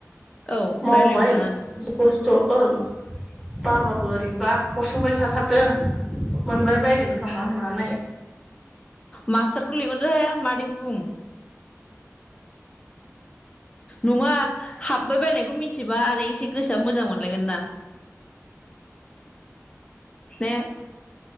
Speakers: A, on the left; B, in the centre.
A: औ
B: मावबाय
A: रायज्लायबाय थाङा
B: एसे खस्थ' ओं। बाबाबो ओरैनोबा हरसोमबाय थाथारदों मोनबाय बायगोन खोमा होननानै।
A: मासटारखौ लिंहरदोहाय मादैखौ बुं। नङा हाब बाय बायनायखौ मिथिबा आरो एसे गोसोआ मोजां मोनलायगोन ना। ने?